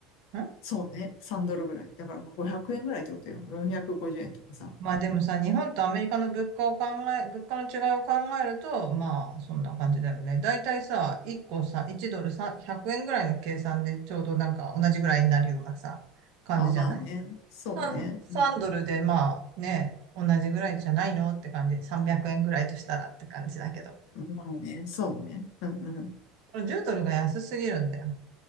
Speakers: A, on the right (about 65°); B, on the left (about 70°).
A: ん
B: そうね、3ドルぐらい。だからまあ500円ぐらいってことよ。450円とかさ。
A: まあでもさ、日本とアメリカの物価を考え、物価の違いを考えると、まあそんな感じだよね。だいたいさ、1個さ、1ドルさ、100円ぐらいの計算でちょうどなんか同じぐらいになるようなさ、感じじゃない
B: あ、まあね、そうね、
A: ?3、3ドルでまあね、
B: うん。
A: 同じぐらいじゃないのって感じ。300円ぐらいとしたらって感じだけど。
B: うんまあね、そうね。うんうん。
A: これ10ドルが安すぎるんだよ。